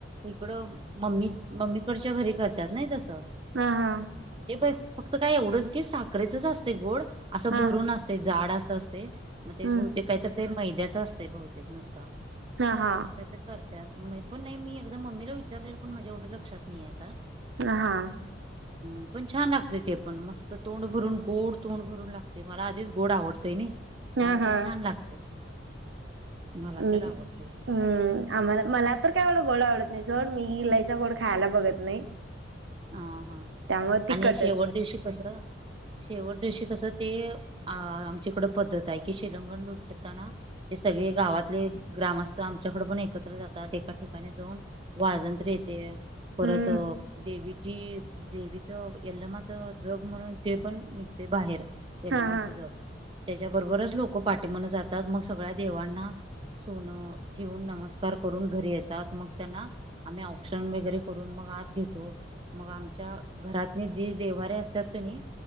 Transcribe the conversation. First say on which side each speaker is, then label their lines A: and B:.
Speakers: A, on the right; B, on the right.
A: इकडं मम्मी मम्मीकडच्या घरी करत्यात नाही तसं.
B: हा हा.
A: हे प फक्त काय एवढंच की साखरेचच असतय गोड असं
B: हा
A: भरून असतय जाड असं अस तय मग ते
B: हम्म
A: बहुतेक काय तर ते मैद्याच असतय बहुतेक नुसता.
B: हा हा
A: करत्यात मी पण नाही मी एकदा मम्मीला विचारलेल पण माझ्या एवढं लक्षात नाहीेये आता.
B: अ हां.
A: हम पण छान लागतय ते पण मस्त तोंड भरून गोड तोंड भरून लागतय मला आधीच गोड आवडतय नाही. त्यामुळे
B: हा हा
A: ते छान लागतय. मला
B: मी
A: तर आवडतय.
B: हम्म आम्हाला मला तर काय एवढं गोड आवडत नाही सोड मी लईचा गोड खायला बघत नाही.
A: हा हा
B: त्यामुळे तिखटच
A: आणि शेवट दिवशी कस शेवट दिवशी कसं ते अ आमच्याकड पद्धत आहे की शिलंगण लूटताना हे सगळे गावातले ग्रामस्थ आमच्याकड पण एकत्र जातात एका ठिकाणी जाऊन वाजंत्री येते परत
B: हम्म
A: देवी जी देवीचं यल्लमाचं जग म्हणून ते पण निघतय बाहेर. यलम्माच
B: हा हा
A: जग त्याच्याबरोबरच लोक पाठीमागन जातात मग सगळ्या देवांना सोनं ठेवून नमस्कार करून घरी येतात मग त्यांना आम्ही औक्षण वगैरे करून मग आत घेतो. मग आमच्या घरातनी जे देवारे असत्यात क नाई